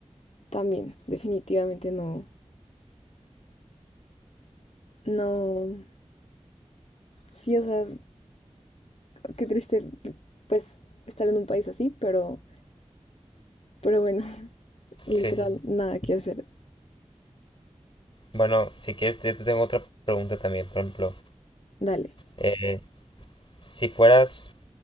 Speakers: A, on the left; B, on the left.
A: también, definitivamente no. No. Sí, o sea, qué triste, pues, estar en un país así, pero, pero bueno, <laughs> literal,
B: Sí, sí. sí.
A: nada que hacer.
B: Bueno, si quieres, yo te tengo otra pregunta también. Por ejemplo,
A: Dale.
B: eh, si fueras,